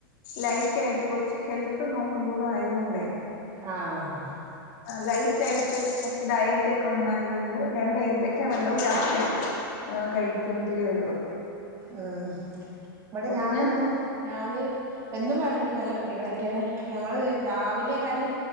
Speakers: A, on the left; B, on the right.
A: ലൈറ്റായിട്ട് കൊർച്ച് ഹെൽത്ത് നോക്കുന്നത് ആയതു കൊണ്ടേ
B: ആഹ്
A: ലൈറ്റ് ആയിട്ട് കൊർച്ച് ഡയറ്റ് ഒക്കെ ഉണ്ടായത്കൊണ്ട് രണ്ട് ഏത്തക്കാ വെള്ളവും രാവിലെ ആഹ് കഴിക്കു എങ്കിലേ ഉള്ളൂ
B: ആഹ് ഇവടെ
A: അപ്പൊ
B: ഞാനെന്നും
A: പിന്നെ
B: ഞാന് എന്നും വേണം എനിക്ക് നല്ല കടികളായിറ്റാണ് ഞങ്ങള് രാവിലെന്നർഞ്ഞാല്